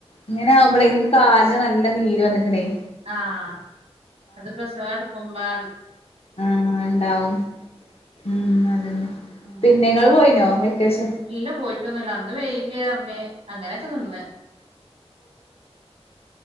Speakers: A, on the left; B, on the right.
A: ഇങ്ങനെ ആവുമ്പോളേ എനിക്ക് കാൽന് നല്ല നീര് വന്നക്കണേ-
B: ആഹ് അത് പ്രസവഅടുക്കുമ്പാ
A: ആഹ ഉണ്ടാവും ഉം അതന്ന
B: ഉം
A: പിന്നെ നിങ്ങള് പോയിനോ? വെക്കേഷൻ
B: ഇല്ല പോയി റ്റൊന്നല്ല അന്ന് വെയ്ലിആർന്ന് അങ്ങനൊക്കെ നിന്ന്